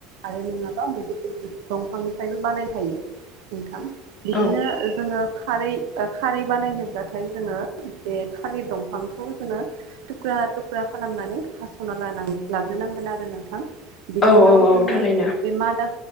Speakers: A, on the right (about 80°); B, on the left (about 15°).
A: आरो नङाबा मैदेरफोर दंफांनिफ्रायबो बानायनो हायो नोंथां बिदिनो
B: औ
A: जोङो खारै खारै बानायनोब्लाथाय जोङो बे खालि दंफांखौ जोङो थुख्रा थुख्रा खालामनानै हास'ना ल लाग्रोनांगोन आरो नोंथां बिनि
B: औ
A: उनाव
B: औ औ
A: सोङो
B: थारैनो
A: बे मादा